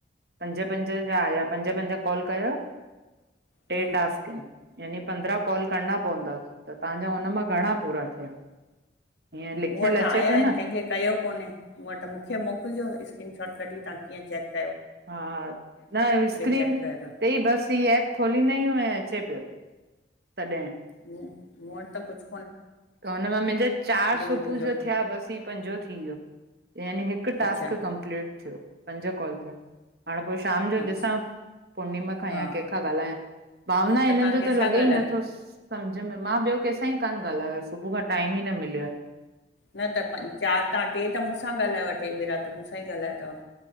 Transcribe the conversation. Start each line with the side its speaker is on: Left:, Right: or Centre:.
Right: पंज पंज जा आया पंज पंज कॉल कयो टे
Left: हम्म
Right: टास्क यानि पंद्रा काॅल करणा पंवदा त तंव्हाजा हुन मां घणा पूरा थिया? हीअं लिखियल
Left: मूं वटि
Right: अचे
Left: आया
Right: पियो
Left: आहिन
Right: न
Left: केंखे कयो कोन्हे मूं वटि मुखे मोकिलिजो स्क्रीन शॉट। कॾीं तवां कीअं चैक
Right: हा न स्क्रीन
Left: चेक कयो अथव
Right: ते ई बस ही ऐप खोलींदायूं ऐं अ पियो तॾें।
Left: मूं मूं वटि त कुछ
Right: त हुनमां मिंजे चार सुबुह
Left: मोकिलिजो
Right: जो थिया बस ही पंजो थी वियो। यानी हिकु टास्क
Left: अच्छा
Right: कंप्लीट थियो पंज कॉल थिया। हाणे पो शाम जो
Left: अच्छा
Right: ॾिसां पुर्णिमा खां या
Left: हा
Right: केंखां ॻाल्हायां। भावना हिननि
Left: तव्हां
Right: जो
Left: कंहिंसां
Right: त लॻे
Left: ॻाल्हायो
Right: ई नथोस। सम्झ में मां ॿियो कंहिंसां ई कान ॻाल्हायो सुबुह खां टाइम ई न मिलियो आए।
Left: न त पं चारि तां टे त मूं सां ॻाल्हायो टे भेरा त मूं सां ई ॻाल्हायो थव।